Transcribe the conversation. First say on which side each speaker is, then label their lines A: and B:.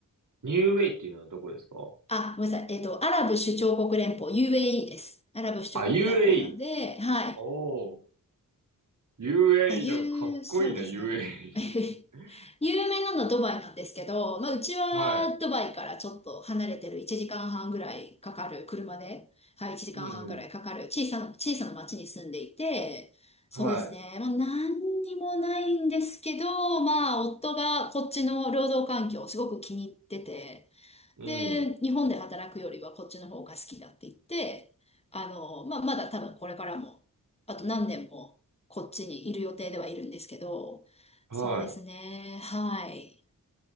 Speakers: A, on the right; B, on the left.
A: ニューウェイっていうのはどこですか
B: あ、ごめんなさい。えっと、アラブ首長国連邦、UAE です。アラブ首長国連邦なんで、
A: あ、UAE。
B: はい。
A: お UAE、
B: まあ、言う、
A: なんかかっこいいな、
B: そうですね。
A: UAE。
B: <laughs> 有名なのはドバイなんですけど、まあ、うちはドバイからちょっと離れてる1時間半ぐらいかかる車で、
A: <laughs> はい。
B: はい、1時間半ぐらいかかる小さな、
A: うんうん。
B: 小さな町に住んでいて、そうですね、
A: はい。
B: まあ、何にもないんですけど、まあ、夫がこっちの労働環境をすごく気に入ってて、
A: うん。
B: で、日本で働くよりはこっちの方が好きだって言って、あの、まあ、まだ多分これからも、あと何年もこっちにいる予定ではいるんですけど、
A: はい。
B: そうですね。はい。